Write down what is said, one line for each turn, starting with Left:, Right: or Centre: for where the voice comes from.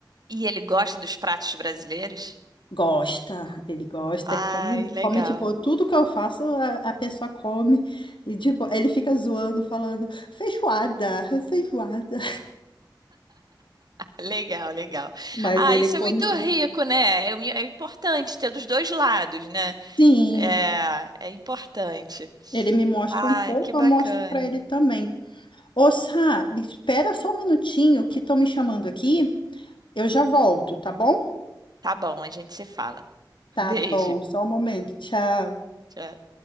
Right: E ele gosta dos pratos brasileiros?
Left: Gosta, ele gosta,
Right: Ai,
Left: come,
Right: legal.
Left: come de boa. Tudo que eu faço, a, a pessoa come e de boa. Ele fica zoando, falando feijoada, feijoada.
Right: Legal, legal.
Left: Mas
Right: Ah,
Left: ele
Right: isso
Left: come
Right: é muito
Left: sim.
Right: rico, né? É, mu- é importante ter dos dois lados, né?
Left: Sim,
Right: É, é importante.
Left: ele me mostra
Right: Ai,
Left: um pouco,
Right: que bacana.
Left: eu mostro pra ele também. Ô, Sá, me espera só um minutinho que estão me chamando aqui. Eu já volto, tá bom?
Right: Tá bom, a gente se fala.
Left: Tá
Right: Beijo.
Left: bom, só um momento. Tchau.
Right: Tchau.